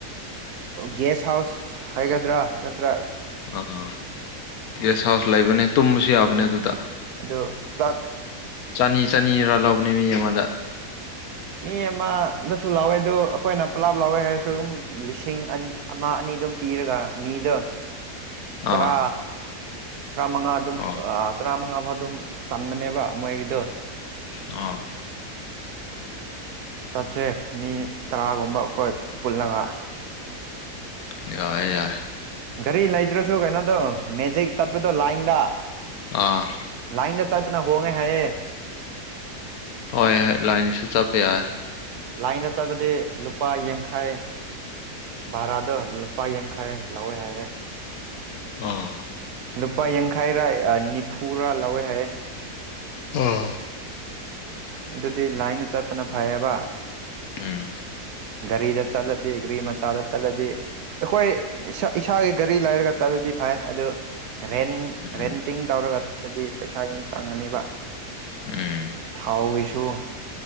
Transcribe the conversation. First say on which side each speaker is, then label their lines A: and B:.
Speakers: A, on the right; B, on the left.
A: ꯒꯦꯁ ꯍꯥꯎꯁ ꯍꯥꯏꯒꯗ꯭ꯔꯥ ꯅꯠꯇ꯭ꯔꯥ
B: ꯑꯥ ꯒꯦꯁ ꯍꯥꯎꯁ ꯂꯩꯕꯅꯦ ꯇꯨꯝꯕꯁꯨ ꯌꯥꯕꯅꯦ
A: ꯎꯝ
B: ꯑꯗꯨꯗ
A: ꯑꯗꯨ ꯆꯥꯛ
B: ꯆꯅꯤ ꯆꯅꯤꯔꯥ ꯂꯧꯕꯅꯦ ꯃꯤ ꯑꯃꯗ
A: ꯃꯤ ꯑꯃꯗꯁꯨ ꯂꯥꯎꯋꯦ ꯑꯗꯨ ꯑꯈꯣꯏꯅ ꯄꯨꯂꯥꯞ ꯂꯥꯎꯋꯦ ꯍꯥꯏꯔꯁꯨ ꯑꯗꯨꯝ ꯂꯤꯁꯤꯡ ꯑꯟ ꯑꯃ ꯑꯅꯤꯗꯨꯝ ꯄꯤꯔꯒ ꯃꯤꯗꯣ
B: <unintelligible> ꯑꯥ
A: ꯇꯔꯥ ꯇꯔꯥꯃꯉꯥ ꯑꯗꯨꯝ
B: ꯑꯣ
A: ꯇꯔꯥꯃꯉꯥ ꯐꯥꯎ ꯑꯗꯨꯝ ꯆꯟꯕꯅꯦꯕ ꯃꯣꯏꯒꯤꯗꯣ
B: ꯑꯣ
A: ꯆꯠꯁꯦ ꯃꯤ ꯇꯔꯥꯒꯨꯝꯕ ꯑꯩꯈꯣꯏ ꯄꯨꯜꯂꯒ
B: ꯌꯥꯑꯦ ꯌꯥꯏ
A: ꯒꯥꯔꯤ ꯂꯩꯗ꯭ꯔꯁꯨ ꯀꯩꯅꯣꯗꯣ ꯃꯦꯖꯤꯛ ꯆꯠꯄꯗꯣ ꯂꯥꯏꯟꯗ
B: ꯑꯥ
A: ꯂꯥꯏꯟꯗ ꯆꯠꯄꯅ ꯍꯣꯡꯉꯦ ꯍꯥꯏꯌꯦ
B: ꯍꯣꯏ ꯂꯥꯏꯟꯗꯁꯨ ꯆꯠꯄ ꯌꯥꯏ
A: ꯂꯥꯏꯟꯗ ꯆꯥꯠꯕꯗꯤ ꯂꯨꯄꯥ ꯌꯥꯡꯈꯩ ꯚꯔꯥꯗꯣ ꯂꯨꯄꯥ ꯌꯥꯡꯈꯩ ꯂꯧꯋꯦ ꯍꯥꯏꯌꯦ
B: ꯑꯥ
A: ꯂꯨꯄꯥ ꯌꯥꯡꯈꯩꯔꯥ ꯅꯤꯐꯨꯔꯥ ꯂꯧꯋꯦ ꯍꯥꯏꯌꯦ
B: ꯑꯥ
A: ꯑꯗꯨꯗꯤ ꯂꯥꯏꯟꯗ ꯆꯠꯄꯅ ꯐꯩꯌꯦꯕ
B: ꯎꯝ
A: ꯒꯥꯔꯤꯗ ꯆꯠꯂꯗꯤ ꯒꯥꯔꯤ ꯃꯆꯥꯗ ꯆꯠꯂꯗꯤ ꯑꯩꯈꯣꯏ ꯏꯁꯥꯒꯤ ꯒꯥꯔꯤ ꯂꯩꯥꯔꯒ ꯆꯠꯂꯗꯤ ꯐꯩ ꯑꯗꯨ ꯔꯦꯟ
B: ꯎꯝ
A: ꯔꯦꯟꯇꯤꯡ ꯇꯧꯔꯒ ꯗꯤ ꯄꯩꯁꯥ ꯌꯥꯝ ꯆꯪꯉꯥꯅꯤꯕ
B: ꯎꯝ
A: ꯊꯥꯎꯒꯤꯁꯨ